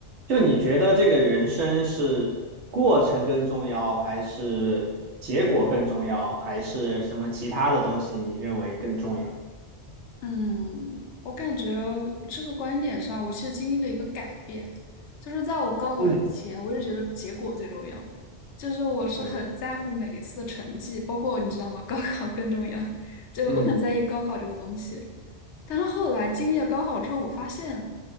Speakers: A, on the right; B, on the left.
A: 就你觉得这个人生是过程更重要，还是结果更重要，还是什么其他的东西你认为更重要？
B: 嗯，我感觉这个观点上，我其实经历了一个改变，就是在我高考前，
A: 嗯，
B: 我一直觉得结果最重要，就是我是很在乎每一次的成绩，
A: 嗯
B: 包括你知道吗？<laughs> 高考更重要，就我很在意高考这个东西。
A: 嗯
B: 但是后来经历了高考之后，我发现，